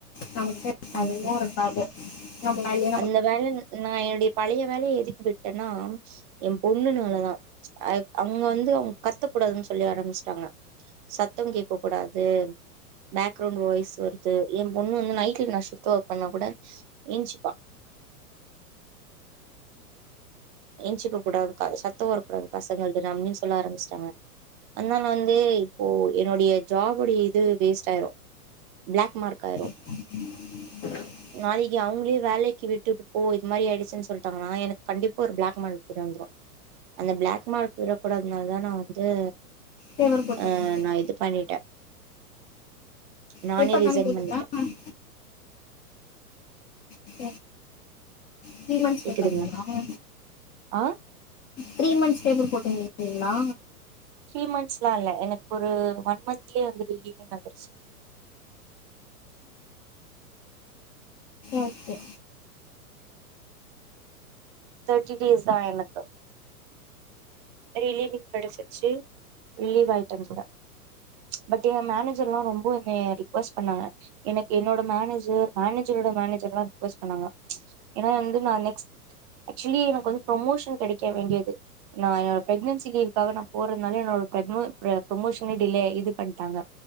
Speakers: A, on the left; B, on the right.
A: நம்மகிட்ட
B: ம்
A: அதெல்லா இருக்காது கொஞ்ச நாள்லயே
B: அந்த வேல நா என்னுடைய பழைய வேலைய எதுக்கு விட்டேன்னா எ பொண்ணுனாலதா அ அவங்க வந்து அவங்க கத்தக் கூடாதுன்னு சொல்லி ஆரம்பிச்ட்டாங்க சத்தொங் கேக்க கூடாது பேக்ரவுண்ட் வாய்ஸ் வருது எ பொண்ணு வந்து நைட்ல நா ஷிஃப்ட் ஒர்க் பண்ணா கூட என்சுப்பா என்சிக்கக் கூடாது க சத்த வரகூடாது பசங்கள்து ரம்மின் சொல்ல ஆரம்பிச்ட்டாங்க அதுனால வந்து இப்போ என்னுடைய ஜாபுடைய இது வேஸ்ட் ஆயிரு பிளாக் மார்க் ஆயிரு
A: உ உ
B: நாளைக்கி அவங்களே வேலைக்கு விட்டுட்டு போ இது மாரி ஆடுச்சுன் சொல்ட்டாங்கன்னா எனக்கு கண்டிப்பா ஒரு பிளாக் மார்க்கு வந்துடு அந்த பிளாக் மார்க் விழ கூடாதுனால தா நா வந்து
A: பேப்பர் போட்டுருந்தேன்
B: அ நா இது பண்ணிட்டே நானே
A: பேப்பர்
B: ரிசைன்
A: தானே போட்டுக்கலாம்
B: பண்ணிட்டே
A: <inaudible> த்ரீ மந்த்ஸ்
B: கேக்குதுங்களா
A: <inaudible> ங்களா
B: ஆ
A: த்ரீ மன்ஸ் பேப்பர் போட்டி <inaudible> ருந்தீங்களா
B: த்ரீ மன்ஸ்லா இல்ல எனக்கு ஒரு ஒன் மன்துலியே வந்து லீவிங் கெடச்சிடுச்சு
A: ஓகே
B: தெட்டி டேஸ்தா எனக்கு ரிலீவிங் கெடச்சுருச்சு ரிலிவ் ஆயிட்ட அதுக்கூட பட்டு ஏ மேனேஜர்லா ரொம்ப என்னைய ரிக்கோஸ்ட் பண்ணாங்க எனக்கு என்னோட மேனேஜர் மேனேஜரோட மேனேஜர்லா ரிக்வஸ்ட் பண்ணாங்க ஏனா வந்து நா நெக்ஸ்ட் ஆக்சுவலி எனக்கு வந்து ப்ரொமோஷன் கெடைக்க வேண்டியது நா என் பிரெக்னன்சி லீவுக்காக நா போறதுனால என்னோட ப்ரக்வ ப்ர ப்ரமோஷனே டிலே இது பண்ட்டாங்க